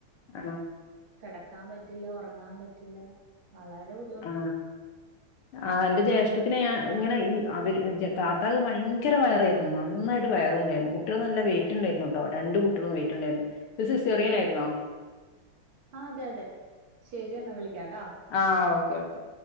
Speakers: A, on the left; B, on the right.
A: ആ,
B: കെടക്കാം പറ്റില്ല ഒറങ്ങാം പറ്റില്ല വളരെ ബു
A: ആ ആ ഇന്റെ ജ്യേഷ്ഠത്തിന് ഞാൻ ഇങ്ങനെ ഈ അവര് താത്താക്ക് ഭയങ്കര വയറെ നന്നായിട്ട് വയറുണ്ടായിരുന്നു കുട്ടിയള് നല്ല വെയിറ്റ് ഇണ്ടായിരുന്നു ട്ടോ രണ്ട് കുട്ടിഴളും വെയിറ്റ് ഇണ്ടായിരുന്നു ഇത് സിസെറിയനായിരുന്നോ
B: ആ അതെ അതെ ശരി എന്നാ വിളിക്കാട്ടാ
A: ആ ഓക്കെ ഓക്കെ